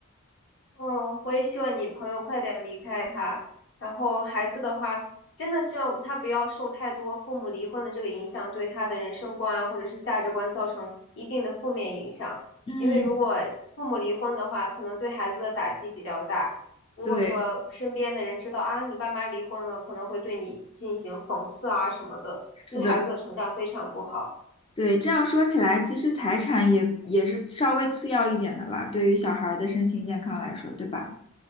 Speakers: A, on the left; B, on the left.
A: 嗯，我也希望你朋友快点离开他。然后孩子的话，真的希望他不要受太多父母离婚的这个影响，对他的人生观啊，或者是价值观造成一定的负面影响。
B: 嗯，
A: 因为如果父母离婚的话，可能对孩子的打击比较大。如果说身边的人知道啊，
B: 对，
A: 你爸妈离婚了，可能会对你进行讽刺啊什么的，
B: 是的，
A: 对孩子的成长非常不好。
B: 对。这样说起来，其实财产也也是稍微次要一点的啦，对于小孩儿的身心健康来说，对吧？